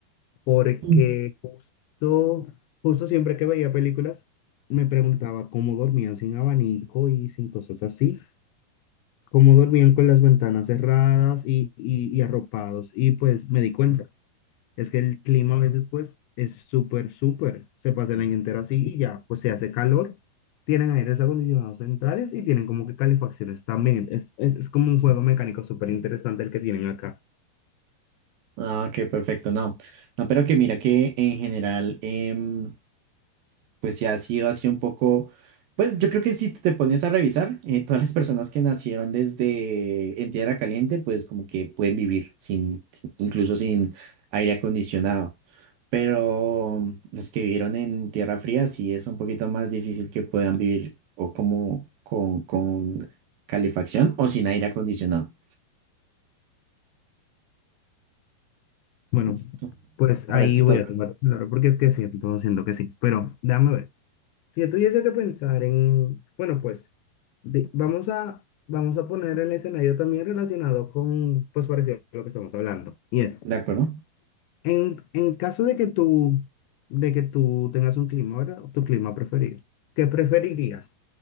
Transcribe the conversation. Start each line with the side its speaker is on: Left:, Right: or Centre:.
Left: porque
Right: Mm.
Left: justo, justo siempre que veía películas, me preguntaba cómo dormían sin abanico y sin cosas así, cómo dormían con las ventanas cerradas y, y, y arropados. Y pues me di cuenta. Es que el clima a veces pues es súper, súper. Se pasa el año entero así y ya, pues se hace calor. Tienen aires acondicionados centrales y tienen como que calefacciones también. Es, es, es como un juego mecánico súper interesante el que tienen acá.
Right: Ah, qué perfecto, no. No, pero que mira que en general, em, pues sí ha sido así un poco, pues yo creo que si te pones a revisar, eh, todas las personas que nacieron desde en tierra caliente, pues como que pueden vivir sin, sin- incluso sin aire acondicionado. Pero los que vivieron en tierra fría sí es un poquito más difícil que puedan vivir o como con, con calefacción o sin aire acondicionado.
Left: Bueno,
Right: Listo.
Left: pues
Right: Ahora
Left: ahí
Right: te
Left: voy
Right: toca.
Left: a tomar claro, porque es que siento, siento que sí. Pero déjame ver. Si yo tuviese que pensar en, bueno, pues de- vamos a, vamos a poner el escenario también relacionado con, pues parecido a lo que estamos hablando. Y es
Right: ¿De acuerdo?
Left: En, en caso de que tú, de que tú tengas un clima, ¿verdad? Tu clima preferido. ¿Qué preferirías?